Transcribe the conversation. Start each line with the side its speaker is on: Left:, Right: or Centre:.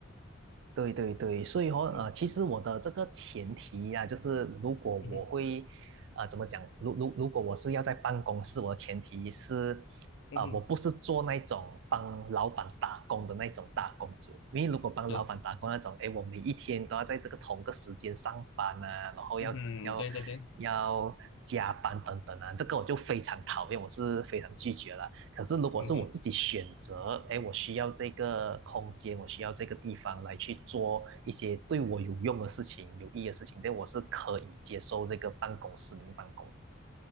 Right: 对对对，所以哦，
Left: 嗯
Right: 呃，其实我的这个前提呀、就是如果我会，
Left: 嗯哼
Right: 呃，怎么讲？如如如果我是要在办公室，我的前提是
Left: 嗯哼，
Right: 啊、呃我不是做那种帮老板打工的那种打工族，因为如果帮老板打工那种，
Left: 对，
Right: 哎，我每一天都要在这个同个时间上班啊，然后要要
Left: 嗯哼，对对对，
Right: 要加班等等啊，这个我就非常讨厌，我是非常拒绝了。可是如果是我自己选择，
Left: 嗯哼，
Right: 哎，我需要这个空间，我需要这个地方来去做一些对我有用的事情、有意义的事情，对，我是可以接受这个办公室里面办公的